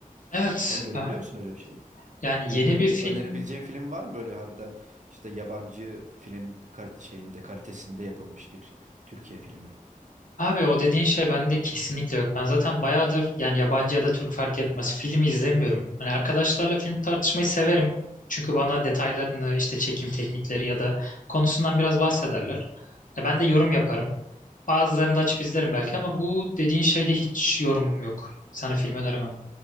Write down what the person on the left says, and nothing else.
Evet,
ah,
yani
yeni
bir film.
Abi o dediğin şey bende kesinlikle yok. Ben zaten bayağıdır yani yabancı ya da Türk fark etmez filmi izlemiyorum. Hani arkadaşlarla film tartışmayı severim. Çünkü bana detaylarını işte çekim teknikleri ya da konusundan biraz bahsederler. E, ben de yorum yaparım. Bazılarını da açıp izlerim belki ama bu dediğin şeyde hiç yorumum yok. Sana film öneremem.